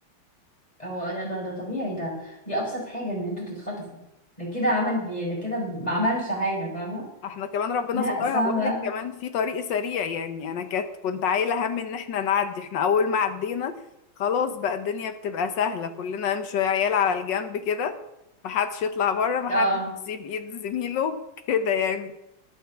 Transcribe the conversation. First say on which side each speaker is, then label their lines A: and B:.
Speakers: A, on the left; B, on the left.
A: هو ده ده, ده طبيعي ده دي ابسط حاجه ان انتوا تتخطفوا ده كده عمل ده كده ما عملش حاجه فاهمه
B: احنا كمان ربنا
A: لا
B: سترها
A: صعب
B: بقول
A: قوي
B: لك كمان في طريق سريع يعني انا كانت كنت عايله هم ان احنا نعدي احنا اول ما عدينا خلاص بقى الدنيا بتبقى سهله كلنا نمشي يا عيال على الجنب كده محدش يطلع بره محدش
A: اه
B: يسيب ايد زميله <laughs> كده يعني